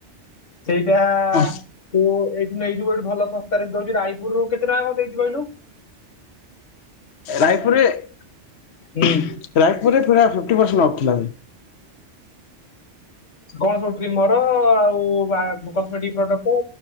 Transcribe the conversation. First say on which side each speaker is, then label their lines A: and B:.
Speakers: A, on the left; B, on the left.
A: ସେଇଟା
B: ହଁ
A: ତୁ ଏଇଠୁ ନେଇଯିବୁ ଏଇଠୁ ଭଲ ଶସ୍ତାରେ ଦଉଚି, ରାୟପୁରରୁ କେତେ ଟଙ୍କା କଣ ଦେଇଚୁ କହିଲୁ?
B: ରାୟପୁରରେ-ରାୟପୁରରେ
A: ହୁଁ
B: ପୁରା ଫିଫ୍ଟି ପରସେଣ୍ଟ ଆଫ୍ ଥିଲା ଭାଇ।
A: କଣ ସବୁ ଟ୍ରିମର ଆଉ ବା କସ୍ମେଟିକ୍ ପ୍ରଡକ୍ଟ।